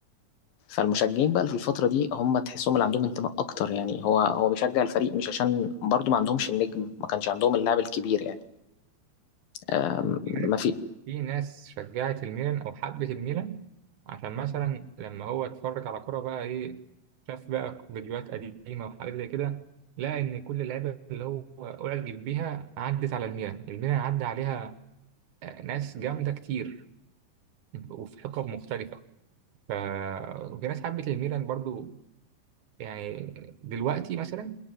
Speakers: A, on the left (about 75°); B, on the right (about 65°).
A: فالمشجعين بقى اللي في الفترة دي هم تحسهم اللي عندهم انتماء اكتر يعني هو هو بيشجع الفريق مش عشان برضو ما عندهمش النجم ما كانش عندهم اللاعب الكبير يعني آم،
B: مم.
A: ما في
B: في ناس شجعت الميلان او حبت الميلان عشان مثلا لما هو اتفرج على كرة بقى ايه شاف بقى فيديوهات قديمة وحاجات زي كده لقى ان كل اللعيبة اللي هو اعجب بيها عدت على الميلان الميلان عدى عليها ناس جامدة كتير وفي حقب مختلفة ف وفي ناس حبت الميلان برضو يعني دلوقتي مثلا